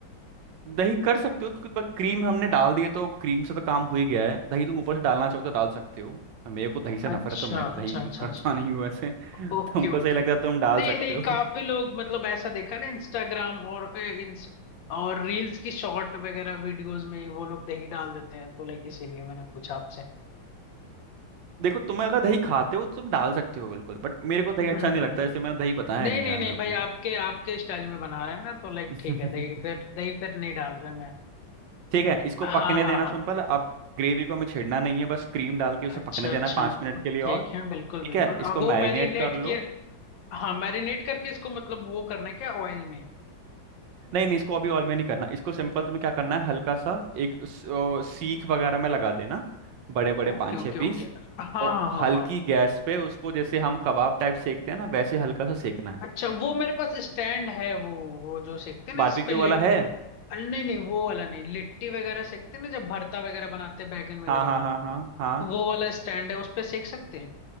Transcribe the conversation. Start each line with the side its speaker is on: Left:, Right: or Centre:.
Right: दही कर सकते हो क्योंकि बस क्रीम हमने डाल दिए तो क्रीम से तो काम हो ही गया है दही तुम ऊपर से डालना चाहो तो डाल सकते हो मेरे को दही से
Left: अच्छा
Right: नफरत है तो मैं
Left: अच्छा
Right: तो दही
Left: अच्छा
Right: यूज करता
Left: अच्छा
Right: नहीं हूँ वैसे तुमको
Left: Okay okay
Right: सही लगता है तुम डाल
Left: नहीं
Right: सकते
Left: नहीं
Right: हो
Left: काफी लोग मतलब ऐसा देखा ना इंस्टाग्राम और ए, इंस, और रील्स की शॉर्ट वगैरह वीडियोस में वो लोग दही डाल देते हैं तो लाइक इसीलिए मैंने पूछा आपसे
Right: देखो तुम्हें अगर दही खाते हो तो तुम डाल सकते हो बिल्कुल बट मेरे को दही
Left: हम्म,
Right: अच्छा
Left: हम्म,
Right: नहीं लगता
Left: हम्म।
Right: इसलिए मैंने दही बताया
Left: नहीं
Right: नहीं
Left: नहीं
Right: यार
Left: नहीं
Right: मेरे को
Left: भाई आपके आपके स्टाइल में बना रहे हैं ना तो लाइक
Right: <laughs>
Left: ठीक है दही फिर दही फिर नहीं डाल रहे मैं
Right: ठीक है इसको
Left: हाँ
Right: पकने
Left: हाँ
Right: देना
Left: हाँ
Right: सिंपल अब ग्रेवी को हमें छेड़ना नहीं है बस क्रीम डाल के उसे
Left: अच्छा
Right: पकने देना
Left: अच्छा
Right: पाँच मिनट के लिए
Left: ठीक
Right: और
Left: है बिल्कुल
Right: ठीक
Left: बिल्कुल
Right: है इसको
Left: और वो
Right: मैरिनेट
Left: मैरिनेट
Right: कर लो
Left: किए हाँ मैरिनेट करके इसको मतलब वो करना है क्या ऑयल में
Right: नहीं नहीं इसको अभी ऑयल में नहीं करना इसको सिंपल तुम्हें क्या करना है हल्का सा एक स- ओ, सीख वगैरह में लगा देना बड़े बड़े
Left: ओके
Right: पाँच
Left: ओके
Right: छः पीस
Left: ओके हाँ हाँ
Right: और
Left: हाँ
Right: हल्की
Left: हाँ
Right: गैस पे उसको जैसे हम कबाब टाइप सेकते हैं ना वैसे हल्का सा सेकना है
Left: अच्छा वो मेरे पास स्टैंड है वो वो जो सेकते हैं ना
Right: बारबेक्यू
Left: जिसपे लिट्टी
Right: वाला है
Left: अरे नहीं नहीं वो वाला नहीं लिट्टी वगैरह सेकते हैं ना जब भरता वगैरह बनाते हैं बैगन वगैरह
Right: हाँ हाँ
Left: का
Right: हाँ हाँ हाँ
Left: तो वो वाला स्टैंड है उस पे सेक सकते हैं